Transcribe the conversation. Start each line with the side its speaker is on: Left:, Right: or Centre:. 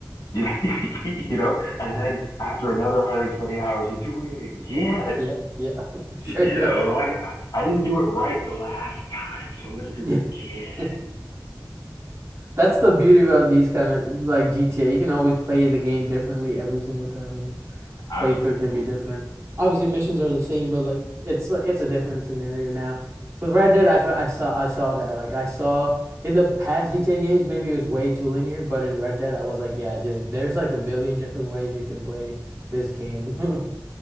Left: You know, <laughs> you know, and then after another 120 hours, you're doing it again.
Right: Yeah, yeah. <laughs> Straight
Left: Y- You
Right: up.
Left: know, I, I, I didn't do it right the last time, so I'm gonna do
Right: Yeah.
Left: it again.
Right: <laughs> That's the beauty about these kind of like GTA. You can always play the game differently every single time
Left: Absolutely.
Right: playthrough can be different. Obviously, missions are the same, but like it's it's a different scenario now. With Red Dead, I, I saw I saw that. Like I saw in the past GTA games, maybe it was way too linear, but in Red Dead, I was like, yeah, dude, there's like a million different ways you can play this game. <laughs>